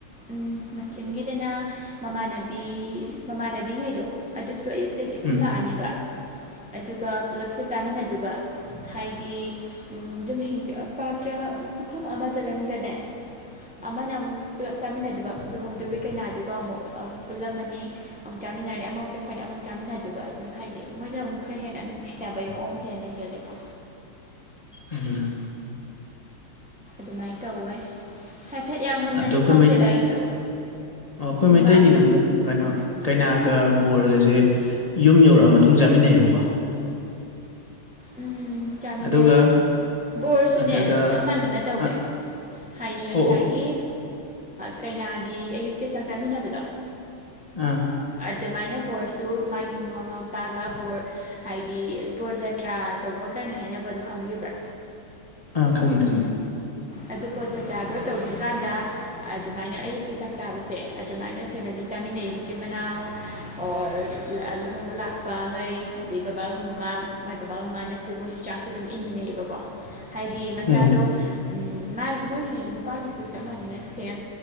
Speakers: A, in the centre; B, on the left (about 20°).
A: ꯎꯝ ꯃꯨꯁꯂꯤꯝꯒꯤꯗꯅ ꯃꯃꯥꯟꯅꯕꯤ ꯃꯃꯥꯟꯅꯕꯤꯉꯩꯗꯣ ꯑꯗꯨꯁꯨ ꯑꯌꯨꯛ ꯇꯒꯤ ꯑꯗꯨꯝ
B: ꯎꯝ
A: ꯂꯥꯛꯑꯅꯤꯕ ꯑꯗꯨꯒ ꯄꯨꯂꯞꯁꯦ ꯆꯥꯃꯤꯟꯅꯗꯕ ꯍꯥꯏꯗꯤ ꯑꯗꯨꯝ ꯄꯥꯇ꯭ꯔ ꯄꯨꯈꯝ ꯑꯃꯗꯗꯪꯗꯅꯦ ꯑꯃꯅ ꯑꯃꯨꯛ ꯄꯨꯂꯞ ꯆꯥꯃꯤꯟꯅꯗꯣꯏꯕ ꯂꯨꯍꯣꯡꯗꯨꯔꯤ ꯀꯩꯅꯥꯗꯨꯒ ꯑꯃꯨꯛ ꯄꯨꯜꯂꯝꯃꯅꯤ ꯑꯃꯨꯛ ꯆꯥꯃꯤꯟꯅꯔꯦ ꯑꯃꯐꯨꯛ ꯆꯠꯈꯔꯦ ꯑꯃꯨꯐꯨꯛ ꯆꯥꯃꯤꯟꯅꯗꯕ ꯑꯗꯨꯝ ꯍꯥꯏꯗꯤ ꯃꯣꯏꯅ ꯑꯃꯨꯛ ꯈꯔ ꯍꯦꯟꯅ ꯅꯨꯡꯁꯤꯅꯕꯩ ꯃꯑꯣꯡ ꯍꯦꯟꯅ ꯍꯦꯜꯂꯦꯀꯣ
B: ꯎꯝ
A: ꯗꯨꯃꯥꯏ ꯇꯧꯋꯦ ꯍꯥꯏꯐꯦꯠ ꯌꯥꯝ ꯃꯨꯟꯅꯗꯤ
B: ꯑꯗꯣ ꯑꯩꯈꯣꯏ
A: ꯈꯪꯗꯦꯗ
B: ꯃꯩ
A: ꯑꯩꯁꯨ
B: ꯑꯣ ꯑꯩꯈꯣꯏ ꯃꯩꯇꯩꯒꯤꯅ
A: ꯏꯃꯥꯅ
B: ꯑꯃꯨꯛ ꯀꯩꯅꯣ ꯀꯩꯅꯥꯒ ꯕꯣꯔꯒꯁꯦ ꯌꯨꯝ ꯌꯧꯔꯛꯑ ꯃꯇꯨꯡ ꯆꯥꯃꯤꯟꯅꯩꯌꯦꯕꯀꯣ
A: ꯎꯝ ꯆꯥꯃꯤꯟꯅꯩ
B: ꯑꯗꯨꯒ
A: ꯕꯣꯔꯁꯨꯅꯦ
B: ꯑꯗꯨꯒ
A: ꯆꯞ ꯃꯥꯟꯅꯅ ꯇꯧꯋꯦ
B: ꯑ
A: ꯍꯥꯏꯌꯦ ꯉꯁꯥꯏꯒꯤ
B: ꯑꯣ ꯑꯣ
A: ꯀꯩꯅꯥꯒꯤ ꯑꯌꯨꯛꯀꯤ ꯆꯥꯛ ꯆꯥꯃꯤꯟꯅꯕꯗꯣ
B: ꯑꯥ
A: ꯑꯗꯨꯃꯥꯏꯅ ꯕꯣꯔꯁꯨ ꯃꯥꯒꯤ ꯃꯃꯥ ꯃꯄꯥꯒ ꯕꯣꯔ ꯍꯥꯏꯗꯤ ꯕꯣꯔ ꯖꯇ꯭ꯔꯥ ꯇꯧꯕ ꯀꯥꯏꯅ ꯍꯥꯏꯅꯕꯗꯣ ꯈꯪꯕꯤꯕ꯭ꯔꯥ
B: ꯑꯥ ꯈꯪꯉꯤ ꯈꯪꯉꯤ
A: ꯑꯗꯨ ꯕꯣꯔ ꯖꯥꯇꯔꯗꯣ ꯇꯧꯗ꯭ꯔꯤꯀꯥꯟꯗ ꯑꯗꯨꯃꯥꯏꯅ ꯑꯌꯨꯛꯀꯤ ꯆꯥꯛ ꯆꯥꯕꯁꯦ ꯑꯗꯨꯃꯥꯏꯅ ꯐꯦꯃꯤꯂꯤ ꯆꯥꯃꯤꯟꯅꯩ ꯃꯆꯤꯟ ꯃꯅꯥꯎ ꯑꯣꯔ ꯂꯨꯍꯣꯡꯕ ꯂꯥꯛꯄ ꯉꯩ ꯑꯗꯩ ꯕꯕꯥ ꯃꯃꯥ ꯃꯣꯏ ꯕꯕꯥ ꯃꯃꯥꯅꯁꯨ ꯃꯣꯏꯁꯨ ꯆꯥꯛꯁꯦ ꯑꯗꯨꯝ ꯏꯟꯃꯤꯟꯅꯩꯌꯦꯕꯀꯣ ꯍꯥꯏꯗꯤ ꯃꯆꯥꯗꯣ
B: ꯎꯝ
A: ꯃꯥꯥꯏ ꯃꯣꯏꯁꯤ ꯅꯨꯄꯥꯒꯤꯁꯨ ꯆꯞ ꯃꯥꯟꯅꯅ ꯁꯦꯝ